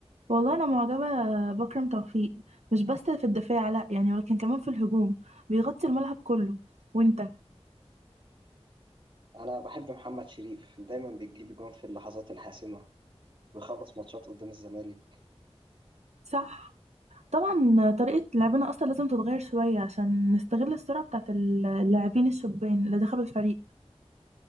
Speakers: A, on the right; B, on the right.
A: والله انا معجبه بكرم توفيق مش بس في الدفاع لا يعني ولكن كمان في الهجوم بيغطي الملعب كله وانت
B: انا بحب محمد شريف دايما بيجيب جون في اللحظات الحاسمة بيخلص ماتشات قدام الزمالك
A: صح طبعا طريقة لعبنا أصلا لازم تتغير شوية عشان نستغل السرعة بتاعت اللاعبين الشبان اللي دخلوا الفريق